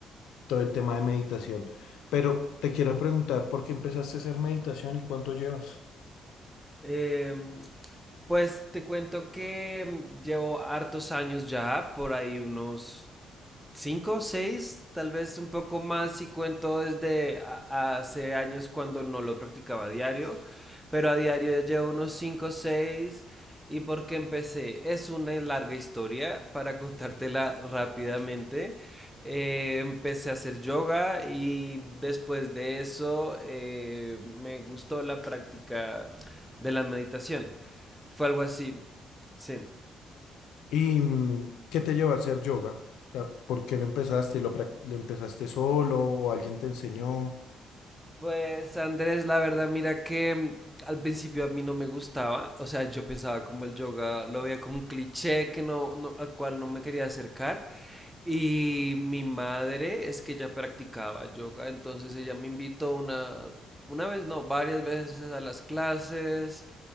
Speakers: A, on the left; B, in the centre.
A: todo el tema de meditación. Pero te quiero preguntar, ¿por qué empezaste a hacer meditación y cuánto llevas?
B: Em, pues te cuento que llevo hartos años ya, por ahí unos cinco, seis, tal vez un poco más si cuento desde a- hace años cuando no lo practicaba a diario, pero a diario ya llevo unos cinco, seis. ¿Y por qué empecé? Es una larga historia para <laughs> contártela rápidamente. Eh, empecé a hacer yoga y después de eso eh, me gustó la práctica de la meditación. Fue algo así. Sí.
A: ¿Y mm, qué te llevó a hacer yoga? O sea, ¿por qué lo empezaste? ¿Lo, prac- lo empezaste solo o alguien te enseñó?
B: Pues Andrés, la verdad, mira que mm, al principio a mí no me gustaba, o sea, yo pensaba como el yoga, lo veía como un cliché que no, no- al cual no me quería acercar. Y mi madre es que ya practicaba yoga, entonces ella me invitó una, una vez, no, varias veces a las clases